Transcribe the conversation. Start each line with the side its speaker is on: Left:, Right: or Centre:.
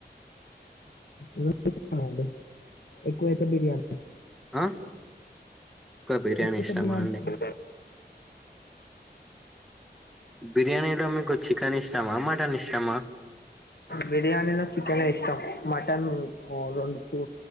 Left: రెండు ఇష్టమండి ఎక్కువ అయితే బిర్యానీ
Centre: ఆ బిర్యానీ
Left: ఎక్కువ అయితే
Centre: ఇష్టమా
Left: బిర్యానీ
Centre: అండి
Left: ఇష్టం
Centre: బిర్యానీలో మీకు చికెన్ ఇష్టమా మటన్ ఇష్టమా
Left: బిర్యానీలో చికెనే ఇష్టం మటన్ ఓ రెండు టూ